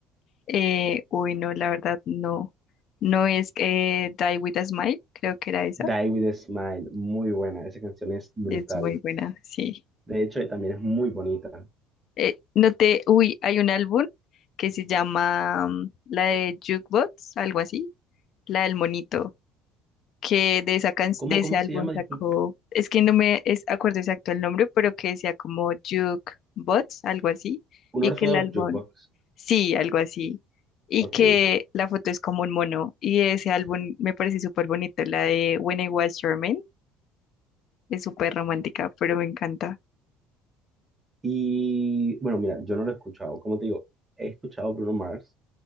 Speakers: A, on the left; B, on the right.
A: Eh, uy, no, la verdad no. No es eh, Die With a Smile, creo que era esa.
B: Die With a Smile, muy buena, esa canción es brutal.
A: Es muy buena, sí.
B: De hecho, también es muy bonita.
A: Eh, no te, uy, hay un álbum que se llama mm, la de Jukebox, algo así, la del monito, que de esa can-
B: ¿Cómo,
A: de ese
B: cómo
A: álbum
B: se llama?
A: sacó,
B: Disculpe.
A: es que no me es, acuerdo exacto el nombre, pero que decía como Jukebox, algo así,
B: Un
A: y
B: Orthodox
A: que el álbum
B: Jukebox.
A: Sí, algo así. Y
B: Ok.
A: que la foto es como un mono. Y ese álbum me parece súper bonito. La de When I Was Your Man es súper romántica, pero me encanta.
B: Y bueno, mira, yo no lo he escuchado. Como te digo, he escuchado Bruno Mars